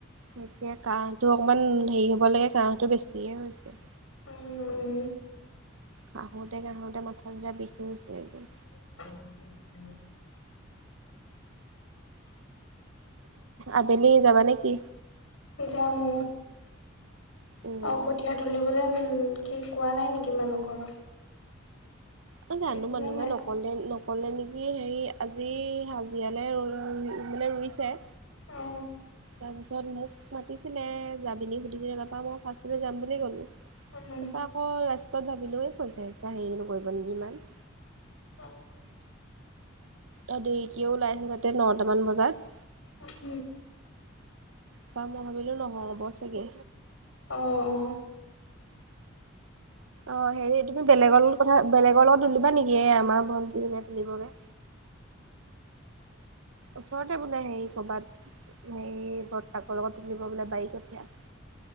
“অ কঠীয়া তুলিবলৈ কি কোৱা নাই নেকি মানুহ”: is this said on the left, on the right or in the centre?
Left